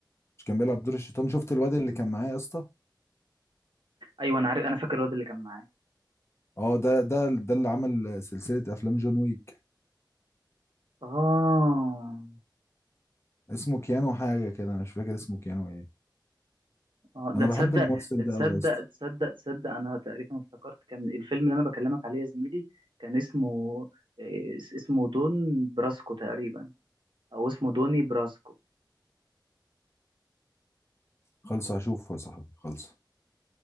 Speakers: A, on the left; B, on the right.
A: مش كان بيلعب دور الشيطان شفت الواد اللي كان معايا يا اسطى
B: ايوه انا عارف انا فاكر الواد اللي كان معاه
A: اه ده ده ده اللي عمل سلسله افلام جون ويك
B: اه
A: اسمه كيانو حاجه كده أنا مش فاكر اسمه كيانو ايه
B: اه ده
A: انا
B: تصدق
A: بحب الممثل
B: تصدق
A: ده قوي يا اسطى
B: تصدق تصدق انا تقريبا افتكرت كان الفيلم اللي انا بكلمك عليه يا زميلي كان اسمه إيه، اس- اسمه دون براسكو تقريبا او اسمه دوني براسكو
A: خلص هشوفه يا صاحبي خلص